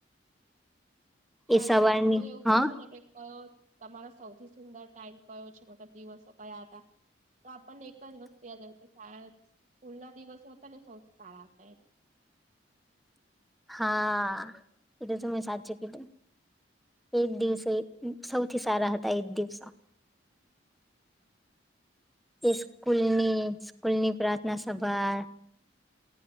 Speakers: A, on the right; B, in the centre.
A: જયારે
B: એ સવારની
A: કોઈ એવું પૂછે
B: હા
A: ને કે કયો તમારો સૌથી સુંદર ટાઈમ કયો છે, મતલબ દિવસો કયા હતા. તો આપણને એક જ વસ્તુ યાદ આવે કે શાળા સ્કૂલ ના દિવસો હતા ને સૌથી સારા હતા એમ
B: હા, તેતો તમે સાચું કીધુ. એ દિવસે સૌથી સારા હતા એજ દિવસો. એ સ્કૂલની, સ્કૂલની પ્રાર્થના સભા.